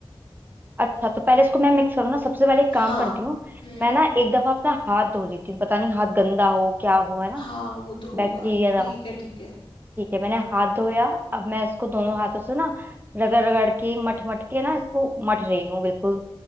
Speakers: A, on the right (about 20°); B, on the left (about 60°).
A: अच्छा तो पहले इसको मैं मिक्स करूँ ना सबसे पहले एक काम
B: हाँ
A: करती हूँ
B: हम्म
A: मैं ना एक दफा अपना हाथ धो लेती हूँ पता नहीं हाथ गंदा हो क्या हो है ना
B: हाँ वो तो होगा
A: बैक्टीरिया ना
B: ठीक
A: हो
B: है ठीक है
A: ठीक है मैंने हाथ धोया अब मैं इसको दोनों हाथों से ना रगड़ रगड़ के मट मट के ना इसको मट रही हूँ बिल्कुल